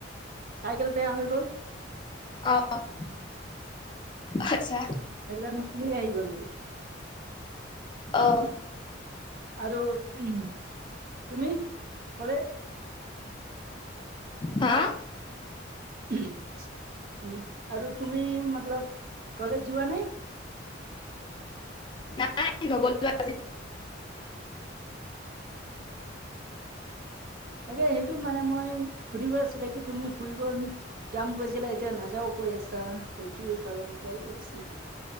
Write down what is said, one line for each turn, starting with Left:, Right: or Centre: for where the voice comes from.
Right: চাইকেল বেয়া হৈ গ'ল।
Left: অ', আচ্ছা।
Right: এৰিগানন ফুৰি আহি গলোঁ।
Left: অ'।
Right: আৰু উ তুমি কলে
Left: হা।
Right: উ আৰু তুমি মতলব কলেজ যোৱা নাই?
Left: নাই নগ'লো আৰু <inaudible>
Right: তাকে সেইটো মানে মই সুধিব আছিলে কি, তুমি ফুৰিব যাম কৈছিলা এতিয়া নাযাওঁ কৈ আছা সেইটো কাৰণে কল কৰিছিলোঁ।